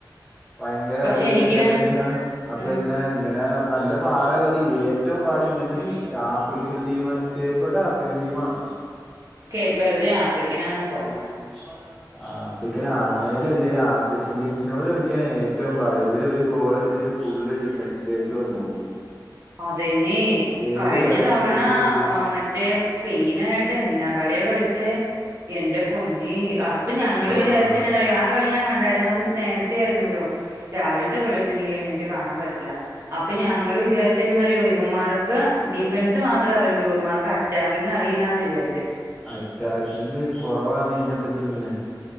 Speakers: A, in the centre; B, on the right (about 40°).
A: ഭയങ്കര
B: പക്ഷെ
A: കളി കളിച്ചന്നേഷം
B: എനിക്ക്
A: അപ്പന്നാ
B: ഉം
A: ഇങ്ങനെ നല്ല പാടാ കളി ഏറ്റവും പാടിങ്ങൻത്തെ
B: ഉം
A: ചി ആ ഫ്രിക്കൻ ടീം കേപർടെ ആഫ്രിക്കൻ ടീമാണോ
B: കേപർതെ ആഫ്രിക്കനാന്ന തോന്ന്ണെ
A: മ ആഫ്രിക്കനാണേലും അല്ലേ ആഫ്രിക്കൻ ടീംസിനോട് കളിക്കാനേറ്റവും പാട് ഇവര് ഒരു ഗോളട്ച്ചിക്ക് ഫുള്ള് ഡിഫൻസിലേക്ക് വന്നു
B: അതേന്നേ
A: ഏത്
B: കഴിഞ്ഞ
A: കളിയാണല്ലോ
B: തവണ
A: എടുത്ത് നോക്കിയേ
B: മറ്റേ സ് സപെയിനായിട്ട് എന്നാ കളിയാ കളിച്ചേ എന്റെ പൊന്നേ അ പ്പ ഞങ്ങള്
A: ആഹ്
B: വിചാരിച്ചെന്നാന്ന്റ്‌യോ ആ കളി ഞാൻ കണ്ടായിരുന്നു അഹ് നേരത്തേയിരുന്നൂലോ രാവിൽത്തെ കള്യെന്നും നിക്കെഴുന്നേറ്റ് കാണാൻ പറ്റില്ല അപ്പൊ ഞങ്ങള് വിചാരിച്ചു തിന്നെന്നറ്യോ ഇവൻമാർക്ക് ഡിഫൻസ് മാത്രേ അറിയുള്ളൂ ഇവൻമാർക്ക് അറ്റാക്കിങറിയില്ലാ ന്ന് വിചാരി
A: അറ്റാക്കീന്ന് കൊറവാന്ന് ഇങ്ങനത്തെ ടീമിന്